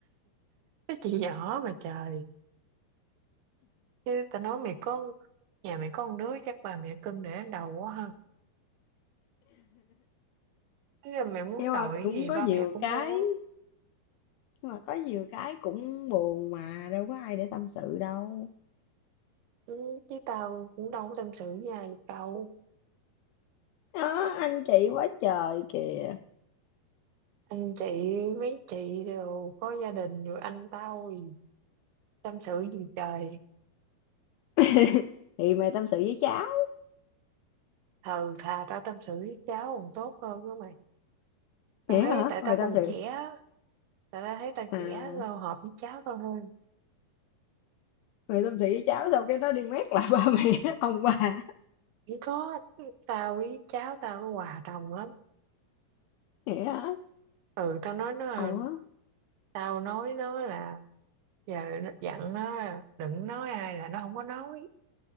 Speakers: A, on the right; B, on the left.
A: cái chị nhỏ mà trời chứ tao nói mày có nhà mày có con đứa chắc bà mẹ cưng để lên đầu quá ha Thế là mày muốn
B: Nhưng
A: đổi
B: mà
A: cái
B: cũng
A: gì
B: có
A: ba
B: nhiều
A: mẹ cũng
B: cái
A: mua
B: nhưng mà có nhiều cái cũng buồn mà, đâu có ai để tâm sự đâu.
A: ừ, chứ tao cũng đâu có tâm sự với ai được đâu
B: Đó, anh chị quá trời kìa.
A: anh chị mấy chị đều có gia đình rồi anh tao thì tâm sự gì trời
B: <laughs> Thì mày tâm sự với cháu.
A: thờ thà tao tâm sự với cháu còn tốt hơn đó mày tao
B: Vậy
A: thấy
B: hả?
A: tại
B: Mày
A: tao
B: tâm
A: còn
B: sự
A: trẻ á. tại tao thấy tao
B: à,
A: trẻ tao hợp với cháu tao hơn
B: mày tâm sự với cháu xong cái nó đi mét lại ba mẹ, <laughs> ông bà.
A: Cũng có tao với cháu tao nó hòa đồng lắm
B: Vậy hả?
A: ừ tao nói nó là
B: Ủa?
A: tao nói nó là giờ nó dặn nó là đừng nói ai là nó không có nói